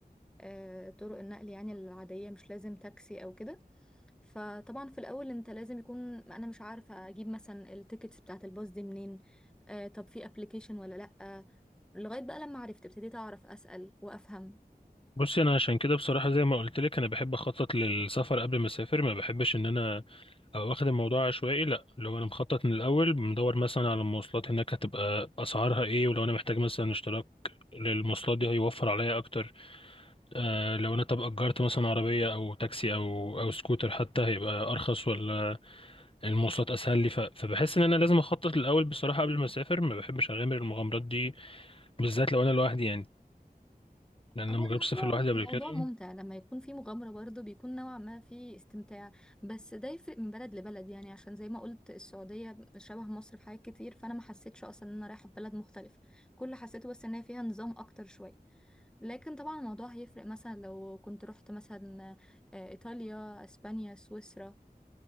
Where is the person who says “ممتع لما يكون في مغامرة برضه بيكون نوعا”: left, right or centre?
Centre